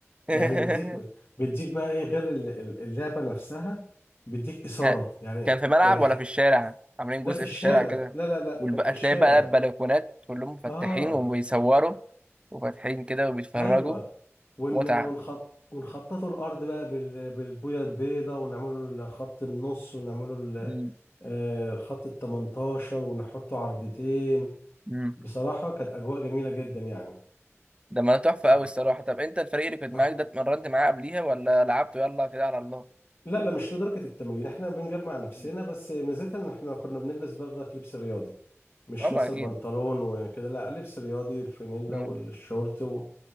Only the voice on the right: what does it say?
<laughs>
ها،
كان في ملعب
ولا في الشارع عاملين
جزء
في الشارع كده
والبقى
تلاقي بقى البلكونات كلهم مفتحين
وبيصوروا وفاتحين كده وبيتفرجوا
متعة
مم.
مم.
ده ما تحفة
أوي الصراحة طب أنت الفريق اللي كنت معاك
ده اتمرنت معاه قبليها ولا لعبته يلا كده على الله
مم.
اه ما
أكيد
مم.